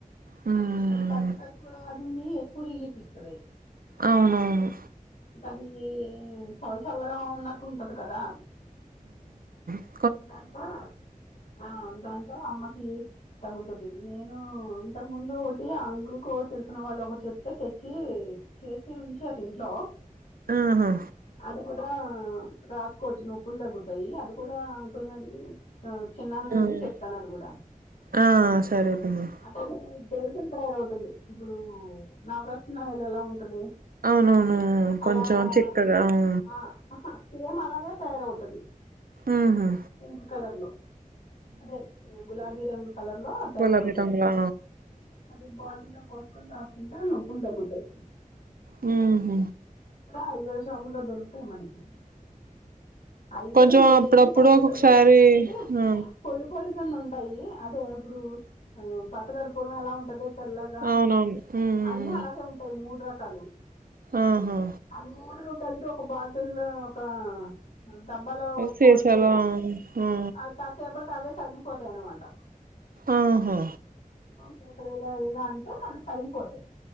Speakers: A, on the right; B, on the left.
A: హ్మ్
B: అంటే పచ్చ కర్పూరం అదిని ఎక్కువ రిలీఫ్ ఇస్తది
A: అవునవును
B: అది చల్ల చల్లగా ఉన్నట్టు ఉంటది కదా
A: ఆ
B: దాంతో ఆ దాంతో అమ్మకి తగ్గుతుంది నేను అంతకు ముందు ఒకటి ఆ అంకుల్కో తెలిసిన వాళ్ళు ఒకటి చెప్తే తెచ్చి చేసే ఉంచారు ఇంట్లో
A: ఆహా
B: అది కూడా రాసుకోవచ్చు నొప్పులు తగ్గుతాయి అది కూడా అంకుల్ని అడిగి చిన్నాన్నని
A: హ్మ్
B: అడిగి చెప్తాను అది కూడా
A: ఆ సరే పిన్ని
B: అది జలగన్ తయారవుతుది ఇప్పుడు నవరత్నా ఆయిల్ ఎలా ఉంటది
A: అవునవును
B: అలాగా
A: కొంచెం చిక్కగా అవు
B: ఆ సేమ్ అలాగే తయారవుతది
A: ఉహు
B: పింక్ కలర్ లో అదే గులాబీ రంగు కలర్ లో తయారవుతది
A: గులాబీ రంగులా
B: అది బాటిల్ లో పోసుకొని రాస్కుంటే నొప్పులు తగ్గుతాయి
A: ఉ హ్
B: అవి కూడా షాపుల్లో దొరుకుతాయి మనకి అయి
A: కొంచెం
B: కూడా ఏమి
A: అప్పుడప్పుడు
B: పనుండదు
A: ఒక్కొక్కసారి
B: అంటే
A: ఆ
B: కోళ్ళు పోలీసెన్ ఉంటాయి అదే ఇప్పుడు ఆహ్ పచ్చ కర్పూరం ఎలా ఉంటదో తెల్లాగా
A: అవునవును ఉమ్
B: అన్ని అలాగే ఉంటాయి మూడు రకాలు
A: ఆహా
B: ఆ మూడు కలిపి ఒక బాటిల్ లొ ఒక డబ్బాలో
A: శేషాలు
B: పోస్తే
A: ఆ
B: అ కసేపటికి అవే కరిగిపోతాయి అన్నమాట
A: ఆహా
B: చేతులు ఇలా ఇలా అంటే మనయి తరిగిపోతాయి